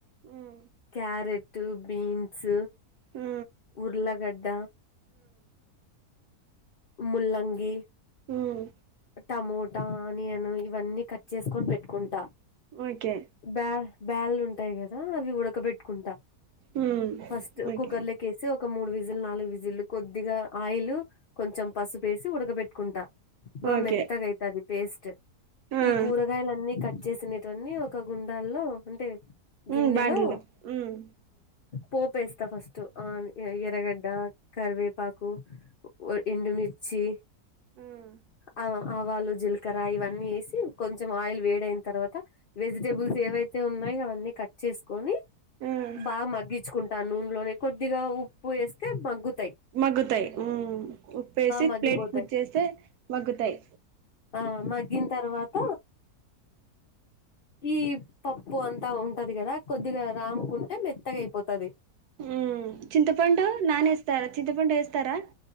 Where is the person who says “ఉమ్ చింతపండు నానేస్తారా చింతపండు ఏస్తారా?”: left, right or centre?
Right